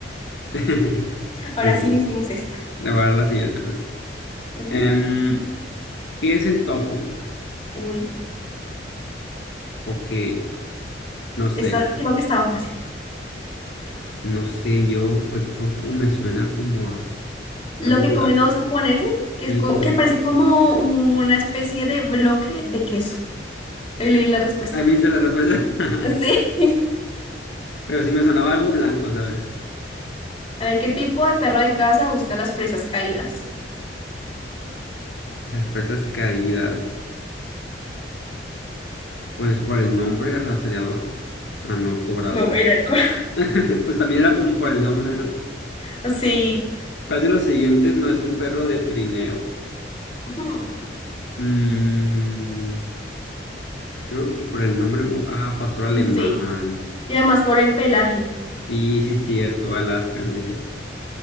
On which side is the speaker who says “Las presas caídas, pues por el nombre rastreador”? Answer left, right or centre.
Left